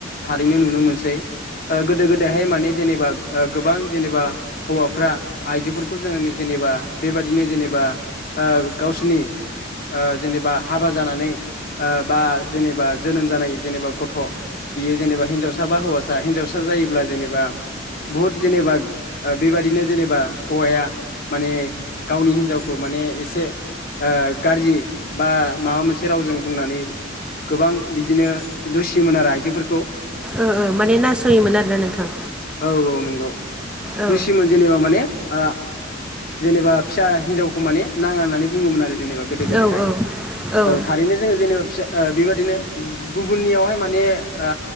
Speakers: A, on the left; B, in the centre.
A: थारैनो नुनो मोनसै ओ गोदो गोदाय बेहाय माने जेनेबा गोबां जेनेबा हौवाफ्रा आइजोफोरखौ जोङो जेनेबा बेबादिनो जेनेबा ओ गावसोरनि ओ जेनेबा हाबा जानानै ओ बा जेनेबा जोनोम जानाय जेनेबा गथ' बियो जेनेबा हिनजावसा बा हौवासा हिनजावसा जायोब्ला जेनेबा बुहुद जेनेबा बेबादिनो जेनेबा हौवाया माने गावनि हिनजावखौ माने एसे ओ गाज्रि बा माबा मोनसे रावजों बुंनानै गोबां बिदिनो दुसिमोन आरो आइजोफोरखौ।
B: ओ-ओ मेने नासयोमोन आरोना नोंथां।
A: औ-औ नंगौ
B: औ
A: दुसिमोन। जेनेबा माने ओ जेनेबा फिसा हिनजावखौ माने नाङा होननानै बुङोमोन आरो जेनेबा गोदो गोदोहाय
B: औ ओं ओं
A: औ थारैनो जोङो जेनेबा साे ओ बेबायदिनो गुबुननियावहाय माने ओ